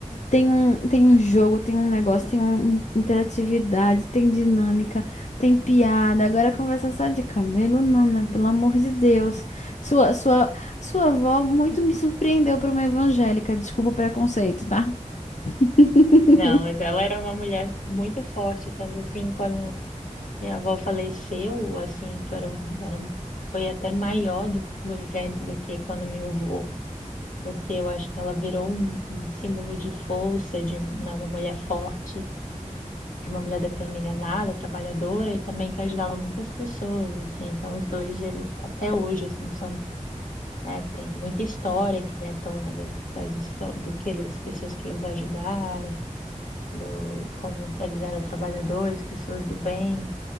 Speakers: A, on the left (about 65°); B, on the left (about 85°).
A: Tem um, tem um jogo, tem um negócio, tem um, interatividade, tem dinâmica, tem piada. Agora conversa é só de cabelo, não, né? Pelo amor de Deus. Sua, sua, sua avó muito me surpreendeu para uma evangélica. Desculpa o preconceito, tá? <laughs>
B: Não, mas ela era uma mulher muito forte, tanto assim, quando minha avó faleceu, assim, foram, eram, foi até maior do, do evento do que quando meu avô, porque eu acho que ela virou um, um símbolo de força, de não, uma mulher forte de uma mulher determinada, trabalhadora e também que ajudava muitas pessoas, assim. Então, os dois, eles até hoje, assim, são, né, tem muita história que vem à tona das, das, histó- do que eles, pessoas que eles ajudaram, do, como eles eram trabalhadores, pessoas do bem,